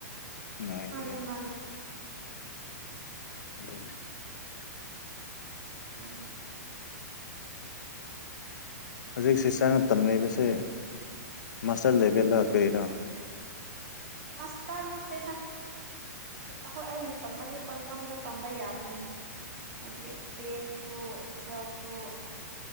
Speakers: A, on the left; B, on the right.
A: ꯉꯥꯏꯗ꯭ꯔꯦꯕ
B: ꯃꯥꯅꯦ ꯃꯥꯅꯦ
A: ꯑꯗꯨꯅꯦ
B: ꯃꯥꯅꯦ
A: ꯍꯧꯖꯤꯛ ꯁꯤꯁꯇꯔꯅ ꯇꯝꯅꯔꯤꯕꯁꯦ ꯃꯥꯁꯇꯔ
B: ꯎꯝ
A: ꯂꯦꯚꯦꯜꯗ ꯀꯔꯤꯔꯣ
B: ꯃꯁꯇꯦꯔ ꯅꯥꯠꯇꯦꯗꯥ ꯁꯤ ꯑꯩꯈꯣꯏ ꯑꯩꯅ ꯇꯝꯃꯗꯤꯦ ꯄꯪꯇꯝꯗ ꯇꯝꯕ ꯌꯥꯕꯅꯦ ꯍꯥꯏꯗꯤ ꯇꯦꯟꯁꯨ ꯇ꯭ꯋꯦꯜꯐꯁꯨ